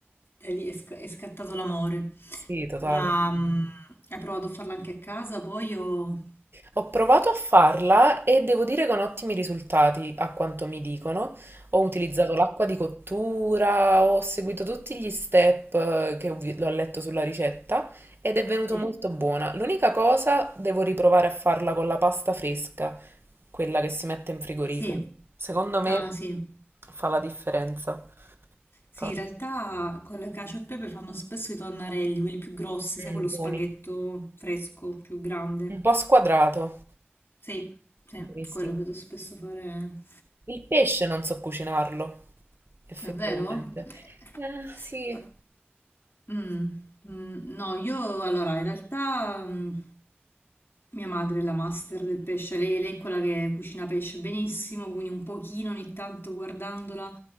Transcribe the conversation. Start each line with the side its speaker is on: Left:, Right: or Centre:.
Left: Da lì è, sc- è scattato l'amore.
Right: Sì, totale.
Left: Ma mm, hai provato a farla anche a casa poi o...
Right: Ho provato a farla e devo dire con ottimi risultati, a quanto mi dicono. Ho utilizzato l'acqua di cottura, ho seguito tutti gli step eh, che ho vi- l'ho letto sulla ricetta ed è venuto
Left: Sì?
Right: molto buona. L'unica cosa, devo riprovare a farla con la pasta fresca, quella che si mette in frigorifero.
Left: Sì.
Right: Secondo me
Left: Ah sì.
Right: fa la differenza.
Left: Sì,
Right: Fa...
Left: in realtà con la cacio e pepe fanno spesso i tonnarelli, quelli più grossi,
Right: Mm,
Left: sai, quello spaghetto
Right: buoni.
Left: fresco, più grande.
Right: Un po' squadrato.
Left: Sì, sì,
Right: Buonissimo.
Left: quello vedo spesso fare.
Right: Il pesce non so cucinarlo, effettivamente.
Left: Davvero? Eh,
Right: Ah, sì.
Left: ma- Mm, mm, no, io allora in realtà mm, mia madre è la master del pesce, lei, lei è quella che cucina pesce benissimo, quindi un pochino ogni tanto guardandola